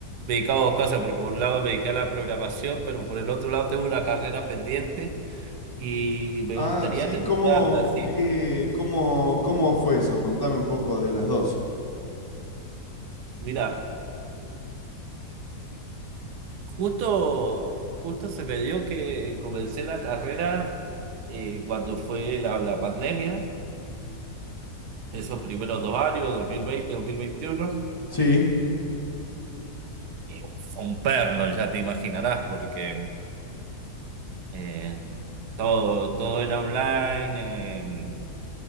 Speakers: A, on the right; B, on the left.
A: me dedicaba a dos cosas, porque por un lado me dediqué a la programación, pero por el otro lado tengo una carrera pendiente y me
B: Ah,
A: gustaría
B: sí,
A: terminarla
B: ¿cómo,
A: así.
B: qué, cómo, cómo fue eso? Contame un poco de las dos.
A: Mira. Justo, justo se me dio que comencé la carrera eh, cuando fue la, la pandemia, esos primeros dos años, 2020, 2021.
B: Sí,
A: eh, fue un perno, ya te imaginarás, porque eh, todo, todo era online, eh,